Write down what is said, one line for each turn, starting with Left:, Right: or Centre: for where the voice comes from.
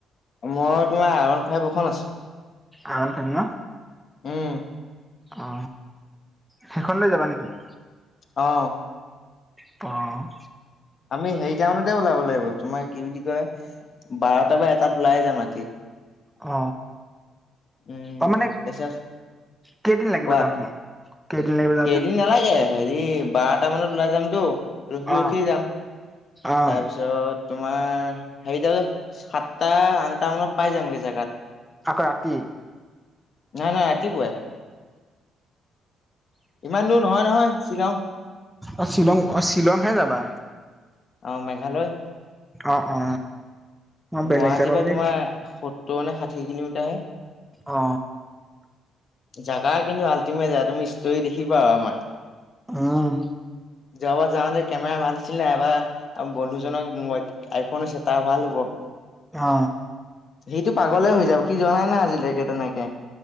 Left: মই তোমাৰ আৰ ওৱান ফাইভ এখন আছে
Centre: অ <unintelligible>
Left: উম।
Centre: অ সেইখন লৈ যাবা নেকি-
Left: অ
Centre: ত <unintelligible>
Left: আমি হেৰিটামানতে ওলাব লাগিব তোমাৰ কি বুলি কয়- বাৰটা বা এটাত ওলাই যাম ৰাতি-
Centre: অ।
Left: উম
Centre: অ' মানে
Left: এচ-চা
Centre: কেইদিন লাগিব
Left: কোৱা
Centre: যাওঁতে কেইদিন লাগিব যাওঁতে
Left: কেইদিন নালাগে হেৰি- বাৰটা মানত ওলাই যামতো ৰখি
Centre: অ',
Left: ৰখি যাম
Centre: অ',
Left: তাৰপিছত- তোমাৰ হেৰিত সাতটা আঠটা মানত পাই যামগে জেগাত-
Centre: আকৌ ৰাতি-
Left: না না ৰাতিপুৱাই। ইমান দূৰ নহয় নহয় চ্বিলং-
Centre: অ শ্বিলং অ শ্বিলংহে যাবা।
Left: অঁ মেঘালয়-
Centre: অ অ। মই বেলেগ
Left: গুৱাহাটীৰ
Centre: যাবা
Left: পৰা
Centre: বুলি
Left: তোমাৰ সত্তৰ নে ষাঠি কিলোমিটাৰহে-
Centre: অ।
Left: জেগা কিন্তু আল্টিমেট তুমি ষ্টোৰী দেখিবা আৰু আমাৰ।
Centre: উম্
Left: যোৱাবাৰ যাওঁতে কেমেৰা ভাল আছিল এইবাৰ বন্ধুজনৰ আইফোন আছে তাৰ ভাল হ'ব।
Centre: অ।
Left: সিটো পাগলে হৈ যাব সি যোৱা নাই না আজিলৈকে তেনেকে-